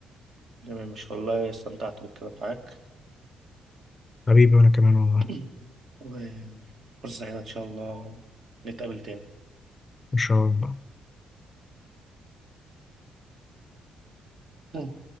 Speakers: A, on the right; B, on the left.
A: تمام مش والله استمتعت بالكلام معاك
B: حبيبي وأنا كمان والله
A: <clears throat> وفرصة سعيدة إن شاء الله نتقابل تاني
B: إن شاء الله
A: تمام.